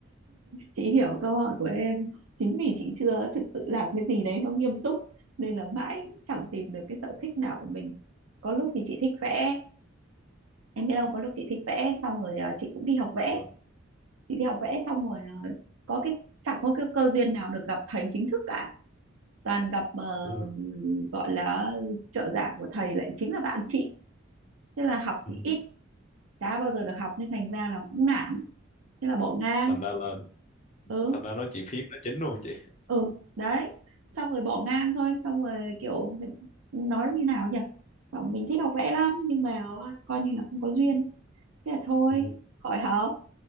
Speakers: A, on the right; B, on the left.
A: chị hiểu câu hỏi của em chính vì chị chưa thực sự làm cái gì đấy nó nghiêm túc nên là mãi chẳng tìm được cái sở thích nào của mình có lúc thì chị thích vẽ em biết không có lúc chị thích vẽ xong rồi à, chị cũng đi học vẽ
B: vâng
A: chị đi học vẽ xong rồi à, có cái chẳng có cái cơ duyên nào được gặp thầy chính thức cả toàn gặp ờ,
B: ừ.
A: gọi là trợ giảng của thầy lại chính là bạn chị thế là học
B: Ừ.
A: thì ít chả bao giờ được học nên thành ra là cũng nản thế là bỏ ngang
B: thành ra là
A: ừ
B: thành ra nói chuyện phím là chính luôn chị
A: ừ đấy xong rồi bỏ ngang thôi xong rồi kiểu nói như nào nhỉ Bảo mình thích học vẽ lắm nhưng mà à, coi như là không có duyên thế là thôi
B: ừ.
A: khỏi học